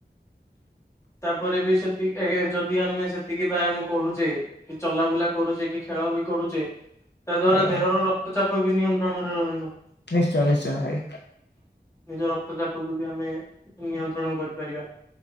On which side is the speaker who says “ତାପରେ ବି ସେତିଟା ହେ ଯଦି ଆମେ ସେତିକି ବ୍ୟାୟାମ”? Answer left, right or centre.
Left